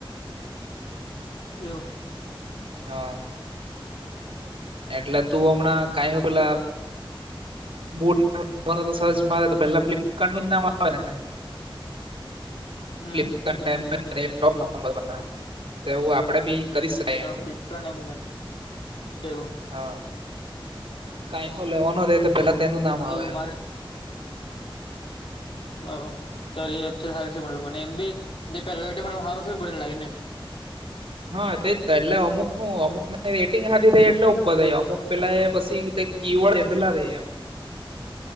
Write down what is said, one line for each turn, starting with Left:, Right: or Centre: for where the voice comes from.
Left: એવું
Right: હા- એટલે તું હમણાં કઈ હ પેલા- બૂટ સર્ચ મારે તો પેલા ફ્લિપકાર્ટ નું જ નામ આવે ને-
Left: હમ
Right: ફલપ લેપટોપ આપડે બી- કરી શકાય
Left: હા
Right: એમ
Left: ફ્લિપકાર્ટ એમેઝોન એવું-
Right: હા કઈ લેવાનો રે તો પેલા તેનું નામ આવે
Left: એવું
Right: એમ-
Left: મારે બ ત સારી છે મતલબ મને એમ બી જે પેલા સારું છે બને લાગે ને-
Right: હા તેજ થાય એટલે અમુક હું અમુક ને રેટિંગ હારી થઈ એટલે ઉપર થઈ અમુક પેલા એ પછીક- કવાળ એેલા રે એમ <unintelligible>